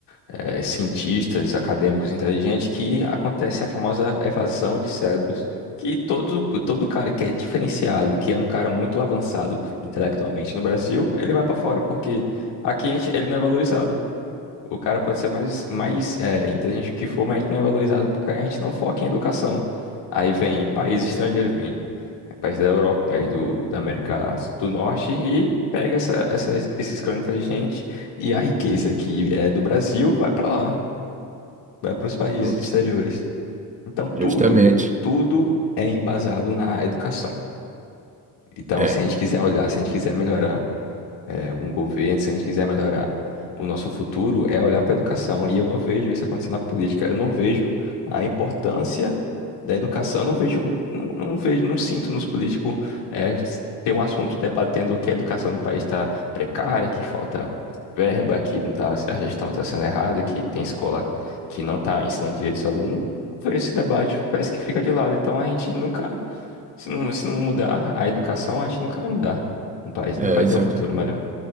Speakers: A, on the left; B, on the right.
A: eh, cientistas, acadêmicos inteligentes, que acontece a famosa evasão de cérebros, que todo, todo cara que é diferenciado, que é um cara muito avançado intelectualmente no Brasil, ele vai para fora, porque aqui a gente- ele não é valorizado. O cara pode ser mais, mais eh, inteligente que for, mas a gente não é valorizado porque a gente não foca em educação. Aí vem países estrangeiros, vem. É país da Europa, país do, da América do Norte e pega essa, essas- esses crânios inteligentes e a riqueza que é do Brasil vai para lá, vai para os países
B: Just-
A: exteriores. Então
B: Justamente.
A: tudo, tudo é embasado na educação. Então,
B: É,
A: se a gente quiser olhar, se a gente quiser melhorar é, um governo, se a gente quiser melhorar o nosso futuro, é olhar para a educação. E eu não vejo isso acontecendo na política. Eu não vejo a importância da educação. Eu não vejo, não, não vejo, não sinto nos políticos é, ter um assunto debatendo que a educação do país está precária, que falta verba, que não tá, a gestão está sendo errada, que tem escola que não está ensinando direitos aos alunos. Não vejo Esse debate parece que fica de lado. Então a gente nunca, se não, se não mudar a educação, a gente nunca vai mudar no país,
B: é,
A: nunca vai
B: exato.
A: ter um futuro melhor.